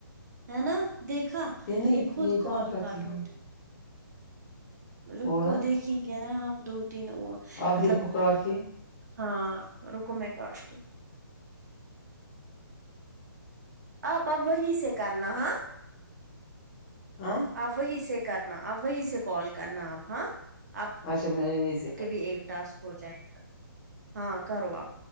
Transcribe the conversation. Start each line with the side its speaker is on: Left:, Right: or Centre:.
Right: ہے نا دیکھا
Left: نہیں
Right: یہ خود
Left: کہاں
Right: کال
Left: کرتی
Right: کاٹ
Left: ہے
Right: ہوٹے ر
Left: ہو
Right: کوو
Left: رہا ہے
Right: دیکھیں گے نا ہم دو تین
Left: آپ
Right: مطلب
Left: دیکھو کر کے
Right: ہاں رکوم کاٹتی آپ اب وہی سے کرنا ہے
Left: ہاں
Right: اپ وہی سے کرنا اپ وہی سے کال کرنا آپ ہاں آپ
Left: اچھا م ہی
Right: کے بھی ایک ٹاسک ہو جائے گا ہاں کرو آپ